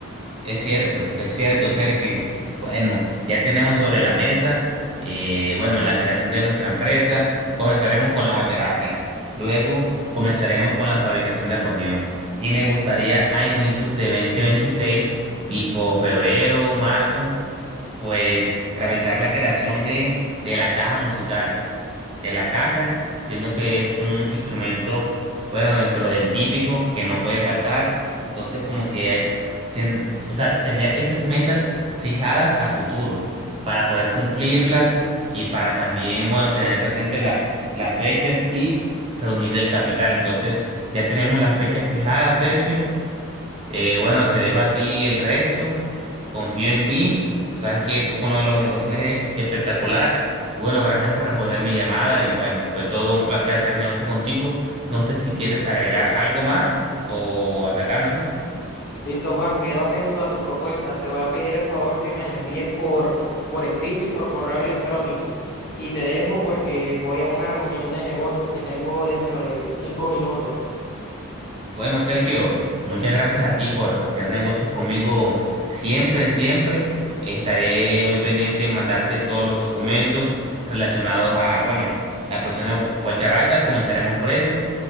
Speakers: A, on the right (about 25°); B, on the left (about 45°).
A: Es cierto, es cierto, Sergio. Bueno, ya tenemos sobre la mesa, eh, bueno, la creación de nuestra empresa. Comenzaremos con la guacharaca, luego comenzaremos con la fabricación de acordeón. Y me gustaría a inicios de 2026, tipo febrero o marzo, pues realizar la creación de, de la caja musical de la caja, siendo que es un instrumento, bueno, dentro del típico, que no puede faltar. Entonces, como que, ten- o sea, tener esas metas fijadas a futuro para poder cumplirlas y para también, bueno, tener presente las, las fechas y reunir el capital. Entonces, ya tenemos las fechas fijadas, Sergio. Eh, bueno, te dejo a ti el resto. Confío en ti. Sabes que tú con lo de los negocios eres espectacular. Bueno, gracias por responder mi llamada y bueno, fue todo un placer hacer negocio contigo. No sé si quieres agregar algo más o hasta acá, no sé.
B: Listo, Juan, quedo atento a tu propuesta. Te voy a pedir el favor que me la envíes por, por escrito y por correo electrónico. Y te dejo porque voy a una reunión de negocios que tengo dentro de cinco minutos.
A: Bueno, Sergio, muchas gracias a ti por hacer negocios conmigo siempre, siempre. Estaré muy pendiente en mandarte todos los documentos relacionados a, bueno, la producción de Gu- Guacharaca, comenzaremos por eso.